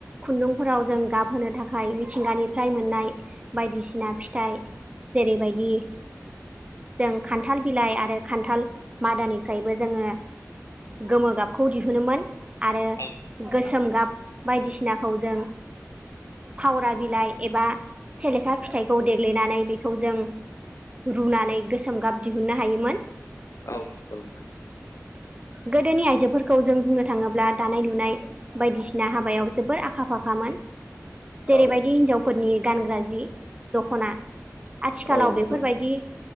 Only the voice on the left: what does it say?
औ नंगौ नोंथां
औ नोंगौ नोंथां।
औ
औ नंगौ
नोंथां